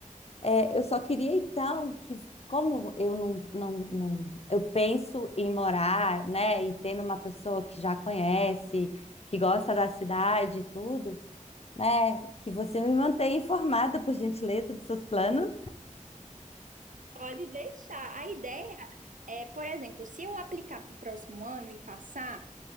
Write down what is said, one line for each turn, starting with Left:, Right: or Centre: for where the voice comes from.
Left: É, eu só queria então que, como eu não, não, não, eu penso em morar, né, e tendo uma pessoa que já conhece, que gosta da cidade e tudo, né, que você me mantenha informada, por gentileza, dos seus planos.
Right: Pode deixar. A ideia é, por exemplo, se eu aplicar para o próximo ano e passar